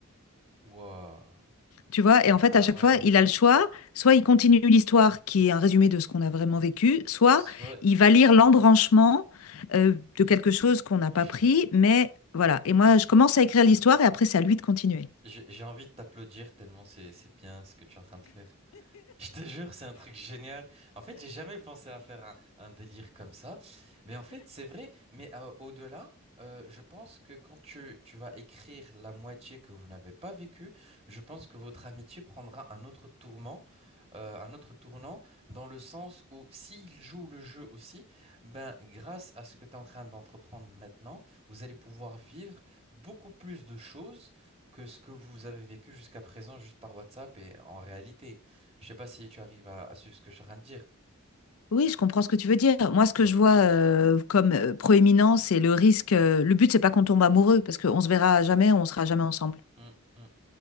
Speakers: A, on the right; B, on the left.
A: Waouh.
B: tu vois? Et en fait,
A: Ah
B: à chaque
A: ouais.
B: fois, il a le choix, soit il continue l'histoire qui est un résumé de ce qu'on a vraiment vécu, soit
A: Soit
B: il va lire l'embranchement, heu, de quelque chose qu'on n'a
A: j'ai
B: pas pris, mais voilà et moi,
A: j'ai
B: je commence à écrire l'histoire et après, c'est à lui de continuer.
A: j'ai j'ai envie de t'applaudir tellement c'est c'est bien ce que tu es en train de faire. Je te jure, c'est un truc génial. En fait, j'ai jamais pensé à faire un, un délire comme ça. Mais en fait, c'est vrai. Mais euh, au-delà, euh, je pense que quand tu, tu vas écrire la moitié que vous n'avez pas vécue, je pense que votre amitié prendra un autre tourment euh, un autre tournant dans le sens où s'il joue le jeu aussi, ben, grâce à ce que tu es en train d'entreprendre maintenant, vous allez pouvoir vivre beaucoup plus de choses que ce que vous avez vécu jusqu'à présent juste par WhatsApp et en réalité. Je sais pas si tu arrives à, à suivre ce que je suis en train de dire.
B: Oui, je comprends ce que tu veux dire. Moi, ce
A: Et
B: que je vois euh, comme euh, proéminent, c'est le risque. euh, le but, c'est pas qu'on tombe amoureux, parce qu'on se verra jamais, on sera jamais ensemble.
A: Mm, mm.